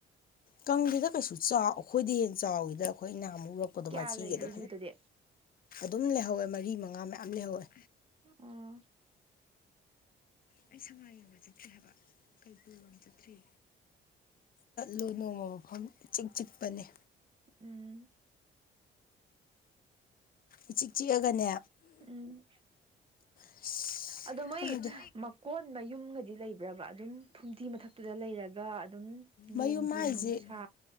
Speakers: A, on the left; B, on the right.
A: ꯀꯪꯗꯦꯗ ꯀꯩꯁꯨ ꯆꯥꯎ ꯑꯩꯈꯣꯏꯗꯩ ꯍꯦ ꯆꯥꯎꯋꯤꯗ ꯑꯩꯈꯣꯏꯅ ꯑꯃꯨꯛ ꯑꯔꯛꯄꯗꯣ
B: ꯀꯌꯥ
A: ꯃꯆꯤꯒꯗꯣ
B: ꯂꯩꯒꯦ ꯖꯨꯗꯗꯤ
A: ꯑꯗꯨꯝ ꯂꯩꯍꯧꯋꯦ ꯃꯔꯤꯥ ꯃꯉꯥ ꯉꯥ ꯃꯌꯥꯝ ꯂꯩꯍꯧꯏ
B: ꯎꯝ
A: ꯑꯩ ꯁꯉꯥꯏ ꯌꯦꯡꯕ ꯆꯠꯁꯦ ꯍꯥꯏꯕ ꯀꯕꯨꯖꯗ꯭ꯔꯤ ꯂꯨ ꯅꯣꯡꯃ ꯃꯐꯝ ꯆꯤꯛ ꯆꯤꯛꯄꯅꯦ
B: ꯎꯝ
A: ꯏꯆꯤꯛ ꯆꯤꯛꯑꯒꯅꯦ
B: ꯎꯝ
A: <inaudible>
B: ꯑꯗꯣ
A: ꯈꯪꯗꯦ
B: ꯃꯣꯏ ꯃꯀꯣꯟ ꯃꯌꯨꯝꯒꯗꯤ ꯂꯩꯕ꯭ꯔꯕ ꯑꯗꯨꯝ ꯐꯨꯝꯗꯤ ꯃꯊꯛꯇꯨꯗ ꯂꯩꯔꯒ ꯑꯗꯨꯝ ꯅꯣꯡꯖꯨ
A: ꯃꯌꯨꯝ ꯍꯥꯏꯁꯦ
B: ꯅꯨꯡꯁꯥ